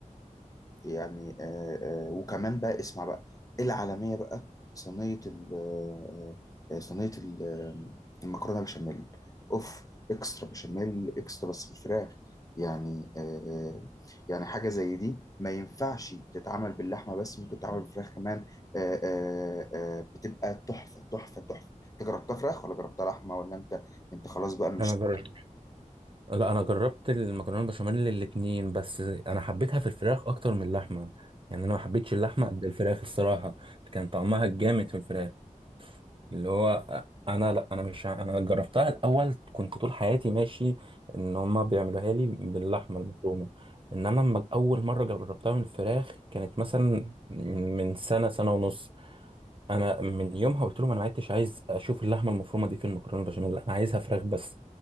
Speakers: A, on the left; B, on the right.
A: يعني آه، آه، وكمان بقى اسمع بقى العالمية بقى صينية ال- آه، آه، صينية ال- آه، المكرونة بشاميل اوف اكسترا بشاميل اكسترا بس بالفراخ يعني آه، آه، يعني حاجة زي دي ما ينفعش تتعمل باللحمة بس ممكن تتعمل بالفراخ كمان آه، آه، آه، بتبقى تحفة تحفة تحفة انت جربتها فراخ ولا جربتها لحمة ولا انت انت خلاص بقى مش
B: انا جربت لا انا جربت المكرونه البشاميل الاتنين بس انا حبيتها في الفراخ اكتر من اللحمه يعني انا ما حبيتش اللحمه قد الفراخ الصراحه كان طعمها الجامد في الفراخ اللي هو انا لا انا مش ع- انا جربتها الاول كنت طول حياتي ماشي ان هما بيعملوها لي باللحمه المفرومه انما لما اول مره جربتها من الفراخ كانت مثلا من سنه سنه ونص انا من يومها قلت لهم انا ما عدتش عايز اشوف اللحمه المفرومه دي في المكرونه البشاميل انا عايزها فراخ بس